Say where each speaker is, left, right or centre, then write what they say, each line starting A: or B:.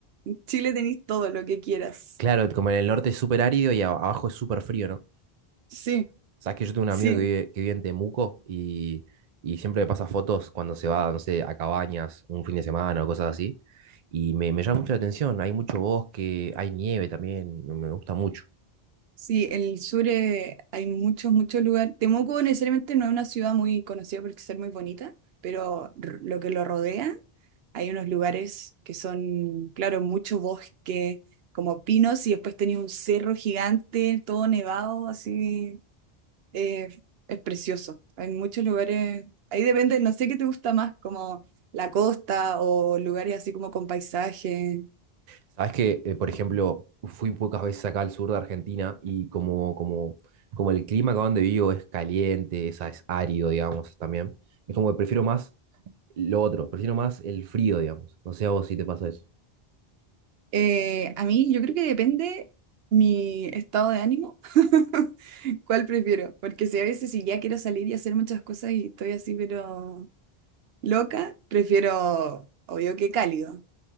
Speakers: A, on the right (about 75°); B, on the right (about 50°).
A: Chile tenéis todo lo que quieras.
B: Claro, como en el norte es súper árido y a- abajo es súper frío, ¿no?
A: Sí,
B: Sabes que yo tengo un
A: sí.
B: amigo que vive, que vive en Temuco y, y siempre me pasa fotos cuando se va, no sé, a cabañas un fin de semana o cosas así. Y me, me llama mucho la atención. Hay mucho bosque, hay nieve también, me me gusta mucho.
A: Sí, el sur eh, hay muchos, muchos lugares. Temuco necesariamente no es una ciudad muy conocida por ser muy bonita, pero r- lo que lo rodea, hay unos lugares que son, claro, mucho bosque, como pinos, y después tenía un cerro gigante, todo nevado, así, eh, es precioso. Hay muchos lugares, ahí depende, no sé qué te gusta más, como la costa o lugares así como con paisajes.
B: Sabes que, eh, por ejemplo, fui pocas veces acá al sur de Argentina y como, como, como el clima acá donde vivo es caliente, es, es árido, digamos, también. Es como que prefiero más lo otro, prefiero más el frío, digamos. No sé a vos si te pasa eso.
A: Eh, a mí yo creo que depende mi estado de ánimo, <laughs> cuál prefiero, porque si a veces si ya quiero salir y hacer muchas cosas y estoy así pero loca, prefiero obvio que cálido,